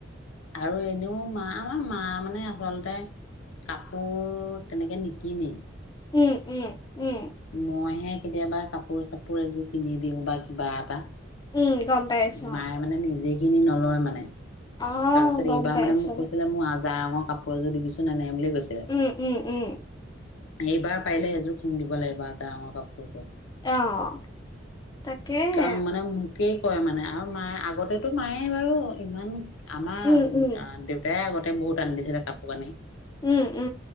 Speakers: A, on the left; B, on the left.
A: আৰু এনেও মা, আমাৰ মা মানে আচলতে কাপোৰ তেনেকে নিকিনে
B: উম, উম, উম।
A: মই হে কেতিয়াবা কাপোৰ-চাপোৰ এযোৰ কিনি দিওঁ বা কিবা এটা।
B: উম, গম পাইছো
A: মায়ে মানে নিজে কিনি নলয় মানে।
B: অ',
A: তাৰপিছত
B: গম
A: এইবাৰ
B: পাইছো।
A: মানে মোক কৈছিলে, মোৰ আজাৰ ৰঙৰ কাপোৰ এযোৰ দিবিছোন এনে বুলি কৈছিলে,
B: উম, উম, উম,
A: এইবাৰ পাৰিলে, সেইযোৰ কিনি দিব লাগিব আজাৰ ৰঙৰ কাপোৰযোৰ।
B: অ', তাকেহে।
A: কাৰণ, মানে মোকে কয় মানে, আৰু মায়ে আগতেতো মায়ে বাৰু, ইমান আমাৰ
B: উম, উম,
A: দেউ এ আগতে বহুত দান দি থাকে, কাপোৰ কানি।
B: উম, উম।